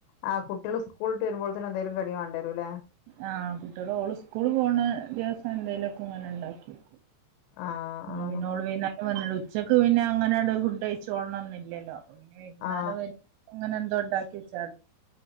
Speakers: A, on the left; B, on the right.
A: ആ കുട്ട്യാള് സ്കൂള് ട്ടെരുമ്പോള്ത്ത്ന് എന്തേലും കടി വാണ്ടരുല്ലേ
B: ആ കുട്ട്യാള് ഓള് സ്കൂള് പോണ ദിവസം എന്തെലൊക്കെങ്ങനെ ണ്ടാക്കെക്കും
A: ആ അ
B: അത് പിന്നെ ഓള് വൈന്നേരം വന്ന്ട്ട് ഉച്ചക്ക് പിന്നെ അങ്ങനണ്ട് ഫുഡയ്ച്ചോൾണംന്നില്ലല്ലോ പ്പ പിന്നെ വൈകുന്നാരം
A: ആ
B: വെര്മ്പോ ങ്ങനെന്തോ ണ്ടാക്കി വെച്ചാതി